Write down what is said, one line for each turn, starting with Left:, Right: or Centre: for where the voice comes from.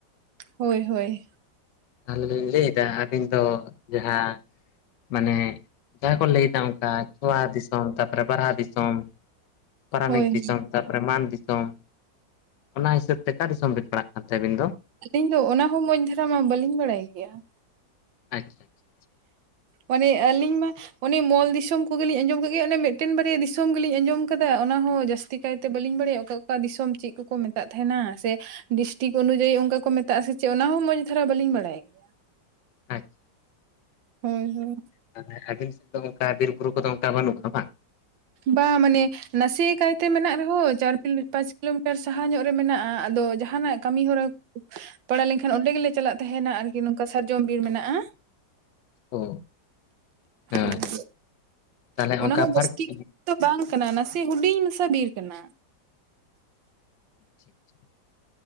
Right: ᱦᱚᱭ ᱦᱚᱭ ᱾
Left: ᱛᱟᱦᱚᱞᱮ ᱞᱤᱧ ᱞᱟᱹᱭ ᱮᱫᱟ ᱟᱵᱤᱱ ᱫᱚ ᱡᱟᱦᱟᱸ ᱢᱟᱱᱮ ᱡᱟᱦᱟᱸ ᱠᱚ ᱞᱟᱹᱭ ᱮᱫᱼᱼ ᱚᱱᱠᱟ ᱪᱷᱳᱣᱟ ᱫᱤᱥᱚᱢ, ᱛᱟᱨᱯᱚᱨᱮ ᱵᱟᱨᱦᱟ ᱫᱤᱥᱚᱢ, ᱯᱟᱨᱟᱱᱤᱠ
Right: ᱦᱳᱭ
Left: ᱫᱤᱥᱚᱢᱼᱼ ᱛᱟᱨᱯᱚᱨᱮ ᱢᱟᱱ ᱫᱤᱥᱚᱢ, ᱚᱱᱟ ᱦᱤᱥᱟᱹᱵᱽ ᱛᱮ ᱚᱠᱟ ᱫᱤᱥᱚᱢ ᱵᱤᱱ ᱯᱟᱲᱟᱜ ᱠᱟᱱᱛᱮ ᱟᱹᱵᱤᱱ ᱫᱚ?
Right: ᱟᱹᱞᱤᱧ ᱫᱚ ᱚᱱᱟ ᱦᱚᱸ ᱢᱚᱡᱽ ᱫᱷᱟᱨᱟ ᱢᱟ ᱵᱟᱹᱞᱤᱧ ᱵᱟᱲᱟᱭ ᱜᱮᱭᱟ ᱾
Left: ᱟᱪᱪᱷᱟ ᱟᱪᱪᱷᱟ ᱾
Right: ᱯᱚᱨᱮ ᱟᱹᱞᱤᱧ ᱢᱟᱼᱼ ᱚᱱᱮ ᱢᱚᱞ ᱫᱤᱥᱚᱢ ᱠᱩᱜᱤᱞᱤᱧ ᱟᱸᱡᱚᱢ ᱟᱠᱟᱫᱜᱮᱭᱟ, ᱚᱱᱮ ᱢᱤᱫᱴᱮᱱ ᱵᱟᱨᱭᱟ ᱫᱤᱥᱚᱢ ᱜᱮᱞᱤᱧ ᱟᱸᱡᱚᱢ ᱟᱠᱟᱫᱟ ᱚᱱᱟ ᱦᱚᱸ ᱡᱟᱹᱥᱛᱤ ᱼᱼ ᱛᱮ ᱠᱟᱭᱛᱮ ᱵᱟᱹᱞᱤᱧ ᱵᱟᱲᱟᱭᱟ ᱚᱠᱟ, ᱚᱠᱟ ᱫᱤᱥᱚᱢ ᱪᱮᱫ ᱠᱚᱠᱚ ᱢᱮᱛᱟᱜ ᱛᱟᱦᱮᱱᱟ ᱥᱮ ᱰᱤᱥᱴᱤᱠ ᱚᱱᱩᱡᱟᱭᱤᱼᱼ ᱚᱠᱟ ᱠᱚ ᱢᱮᱛᱟᱜ ᱥᱮ ᱪᱮᱫ ᱚᱱᱟ ᱦᱚᱸ ᱢᱚᱡᱽ ᱫᱷᱟᱨᱟ ᱵᱟᱞᱤᱧ ᱵᱟᱲᱟᱭᱟ ᱾
Left: ᱟᱪᱪᱷᱼᱼ
Right: ᱦᱩᱸ ᱦᱩᱸ
Left: ᱛᱟᱦᱚᱞᱮ ᱟᱵᱤᱱ ᱥᱮᱫ ᱫᱚ ᱚᱱᱠᱟ ᱵᱤᱨ ᱵᱩᱨᱩ ᱠᱚᱫᱚ ᱚᱱᱠᱟ ᱵᱟᱹᱱᱩᱜᱼᱟ ᱵᱟᱝ᱾
Right: ᱵᱟ ᱢᱟᱱᱮ ᱱᱟᱥᱮ ᱠᱟᱭᱛᱮ ᱢᱮᱱᱟᱜ ᱨᱮᱦᱚᱸ ᱪᱟᱨ ᱯᱟᱸᱪ ᱠᱤᱞᱳᱢᱤᱴᱟᱨ ᱥᱟᱦᱟ ᱧᱚᱜ ᱨᱮ ᱢᱮᱱᱟᱜᱼᱟ, ᱟᱫᱚ ᱡᱟᱸᱦᱟ ᱦᱟᱱᱟᱜ ᱠᱟᱹᱢᱤ ᱦᱚᱨᱟ ᱯᱟᱲᱟ ᱞᱮᱱᱠᱷᱟᱱ ᱚᱸᱰᱮ ᱜᱮᱞᱮ ᱪᱟᱞᱟᱜ ᱛᱟᱦᱮᱱᱟ ᱟᱨᱠᱤ ᱱᱚᱝᱠᱟ ᱥᱟᱨᱡᱚᱢ ᱵᱤᱨ ᱢᱮᱱᱟᱜᱼᱟ᱾
Left: ᱚ, ᱦᱮᱸ
Right: ᱦᱳᱭ
Left: ᱛᱟᱦᱚᱞᱮ
Right: ᱚᱱᱟ
Left: ᱚᱱᱠᱟ
Right: ᱦᱚᱸ ᱡᱟᱹᱥᱛᱤ
Left: ᱯᱷᱟᱨᱠ <inaudible>
Right: ᱫᱚ ᱵᱟᱝ ᱠᱟᱱᱟ ᱱᱟᱥᱮ ᱦᱩᱰᱤᱧ ᱢᱮᱥᱟ ᱵᱤᱨ ᱠᱟᱱᱟ᱾
Left: <inaudible>